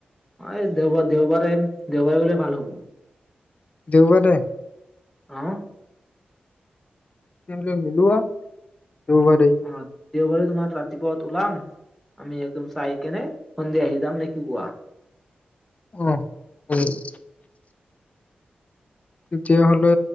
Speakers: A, in the centre; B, on the left.
A: অ' এই দেওবাৰে দেওবাৰে দেওবাৰে গ'লে ভাল হ'ব।
B: দেওবাৰে?
A: অ'।
B: তেতিয়া হ'লে ওলোৱা দেওবাৰে।
A: অ', দেওবাৰে তোমাৰ ৰাতিপুৱাত ওলাম। আমি একদম চাই কেনে সন্ধিয়া আহি যাম নে কি কোৱা?
B: অ', শুনি আছো। তেতিয়াহ'লে